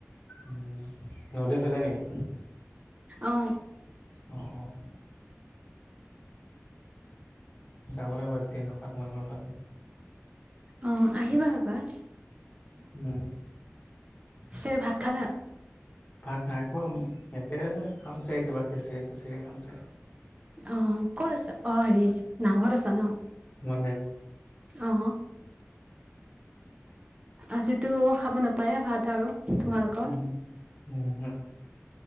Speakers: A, on the left; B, on the right.
A: উ নদী ফালে নেকি
B: আহ
A: অঁ অঁ যাব লাগিব এক দিন ৰখা তোমালোকৰ ফাল
B: অ আহিবা এবাৰ
A: উম
B: চে ভাত খালা
A: ভাত নাই খোৱা সিহঁতে খামছে কিবা খিচিৰি চিচিৰি খামছে
B: অঁ ক'ত আছ অঁ হেৰি নাঘৰত আছা ন!
A: মানে
B: অঁ আজিতো খাব নাপায়ে ভাত আৰু তোমালোকৰ
A: উম, উম,